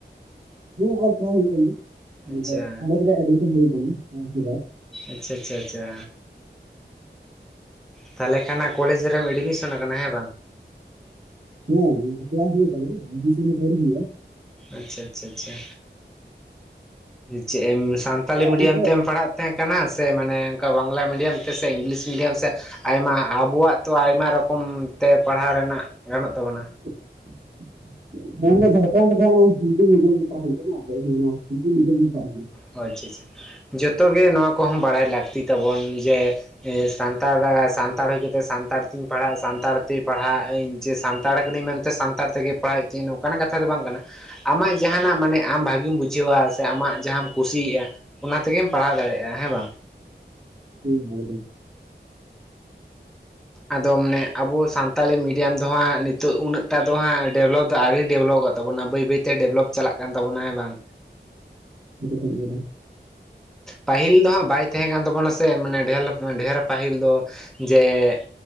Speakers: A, on the right; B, in the centre.
A: ᱦᱮᱸ ᱚᱞ ᱯᱟᱲᱦᱟᱣ ᱦᱩᱭᱩᱜ ᱠᱟᱱᱟ᱾
B: ᱟᱪᱪᱷᱟ
A: ᱟᱫᱚ ᱠᱚᱞᱮᱡ ᱨᱮ ᱮᱰᱢᱤᱥᱚᱱ ᱦᱩᱭ ᱟᱠᱟᱱᱟ᱾ ᱟᱨᱠᱤ <unintelligible>
B: ᱟᱪᱪᱷᱟ ᱟᱪᱪᱷᱟ ᱟᱪᱪᱷᱟ᱾ ᱛᱟᱞᱚᱞᱮ ᱠᱷᱟᱱ ᱠᱚᱞᱮᱡᱽ ᱨᱮᱢ ᱮᱰᱢᱤᱥᱚᱱ ᱠᱟᱱᱟ ᱦᱮᱸ ᱵᱟᱝ?
A: ᱦᱮᱸ ᱮᱯᱞᱟᱭ ᱦᱩᱭ ᱟᱠᱟᱱᱟ, ᱮᱵᱢᱤᱥᱚᱱ ᱫᱚ ᱟᱣᱨᱤ ᱦᱩᱭᱩᱜᱼᱟ᱾
B: ᱟᱪᱪᱷᱟ ᱟᱪᱪᱷᱟ ᱪᱷᱟ ᱟᱸ ᱪᱮᱜ ᱮᱢ ᱥᱟᱱᱛᱟᱞᱤ ᱢᱤᱰᱤᱭᱟᱢ
A: ᱚᱱᱛᱮ
B: ᱛᱮᱢ ᱯᱟᱲᱦᱟᱜ ᱛᱟᱦᱮᱸ ᱠᱟᱱᱟ ᱥᱮ ᱢᱟᱱᱮ ᱚᱸᱠᱟ ᱵᱟᱸᱜᱽᱞᱟ ᱢᱤᱰᱤᱭᱟᱢ ᱛᱮ ᱥᱮ ᱤᱸᱜᱽᱞᱤᱥ ᱢᱤᱰᱤᱭᱟᱢ ᱥᱮ ᱟᱭᱢᱟ ᱟᱵᱚᱣᱟᱜ ᱛᱚ ᱟᱭᱢᱟ ᱨᱚᱠᱚᱢ ᱛᱮ ᱯᱟᱲᱦᱟᱣ ᱨᱮᱱᱟᱜ ᱜᱟᱱᱚᱜ ᱛᱟᱵᱚᱱᱟ᱾
A: <inaudible> ᱢᱮᱱ ᱫᱚ ᱡᱟᱨᱠᱷᱟᱱᱰ ᱫᱚ ᱦᱟᱸᱜ ᱦᱤᱱᱫᱤ ᱢᱤᱵᱭᱟᱢ <unintelligible> ᱯᱟᱲᱦᱟᱣ ᱦᱩᱭᱩᱜᱼᱟ, ᱟᱫᱚ <unintelligible> ᱱᱚᱣᱟ ᱦᱤᱸᱫᱤ ᱢᱤᱰᱤᱭᱟᱢ ᱜᱮ ᱯᱟᱲᱦᱟᱣ ᱦᱩᱭᱩᱜ
B: ᱚᱭ ᱪᱷᱟ ᱟᱪᱪᱷᱟ ᱡᱚᱛᱚ ᱜᱮ ᱱᱚᱣᱟ ᱠᱚᱦᱚᱸ ᱵᱟᱲᱟᱭ ᱞᱟᱹᱠᱛᱤ ᱛᱟᱵᱚᱱ ᱡᱮ ᱮᱸ ᱥᱟᱱᱛᱟᱨᱟ ᱥᱟᱱᱛᱟᱲ ᱦᱩᱭ ᱠᱟᱛᱮ ᱥᱟᱱᱛᱟᱲ ᱛᱤᱧ ᱯᱟᱲᱦᱟᱜᱼᱟ, ᱥᱟᱱᱛᱟᱲ ᱛᱮ ᱯᱟᱲᱦᱟᱜ ᱟᱹᱧ ᱪᱮ ᱥᱟᱱᱛᱟᱲ ᱠᱟᱹᱱᱟᱹᱧ ᱢᱮᱱ ᱛᱮ ᱥᱟᱱᱛᱟᱲ ᱛᱮᱜᱮ ᱯᱟᱲᱦᱟᱜ ᱦᱩᱭᱩᱜ ᱛᱤᱧᱟᱹ ᱱᱚᱝᱠᱟᱱᱟᱜ ᱠᱟᱛᱷᱟ ᱫᱚ ᱵᱟᱝ ᱠᱟᱱᱟ, ᱟᱢᱟᱜ ᱡᱟᱦᱟᱸᱱᱟᱜ ᱢᱟᱱᱮ ᱟᱢ ᱵᱷᱟᱜᱤᱢ ᱵᱩᱡᱷᱟᱹᱣᱟ ᱥᱮ ᱟᱢᱟᱜ ᱡᱟᱦᱟᱸᱢ ᱠᱩᱥᱤᱭᱟᱜᱼᱟ ᱚᱱᱟ ᱛᱮᱜᱮᱢ ᱯᱟᱲᱦᱟᱣ ᱫᱟᱲᱮᱭᱟᱜᱼᱟ ᱦᱮᱸ ᱵᱟᱝ?
A: <unintelligible>
B: ᱟᱫᱚ ᱢᱟᱱᱮ ᱟᱵᱚ ᱥᱟᱱᱛᱟᱞᱤ ᱢᱤᱰᱤᱭᱟᱢ ᱫᱚ ᱦᱟᱸᱜ ᱱᱤᱛᱚᱜ ᱩᱱᱟᱹᱜ ᱴᱟᱜ ᱫᱚ ᱦᱟᱸᱜ ᱰᱮᱵᱽᱞᱚᱯ ᱫᱚ ᱟᱹᱣᱨᱤ ᱰᱮᱵᱽᱞᱚᱜᱚᱫ ᱛᱟᱵᱚᱱᱟ ᱵᱟᱹᱭ ᱵᱟᱹᱭ ᱛᱮ ᱰᱮᱵᱽᱞᱚᱯ ᱪᱟᱞᱟᱜ ᱠᱟᱱ ᱛᱟᱵᱚᱱᱟ ᱦᱮᱸ ᱵᱟᱝ?
A: ᱮᱠᱫᱚᱢ ᱮᱫᱚ,
B: ᱯᱟᱹᱦᱤᱞ ᱫᱚ ᱦᱟᱸᱜ ᱵᱟᱭ ᱛᱟᱦᱮᱸ ᱠᱟᱱ ᱛᱟᱵᱚᱱᱟ ᱥᱮ ᱢᱟᱱᱮ ᱰᱷᱮᱞᱚᱯ ᱰᱷᱮᱨ ᱯᱟᱹᱦᱤᱞ ᱫᱚ, ᱡᱮᱻᱜ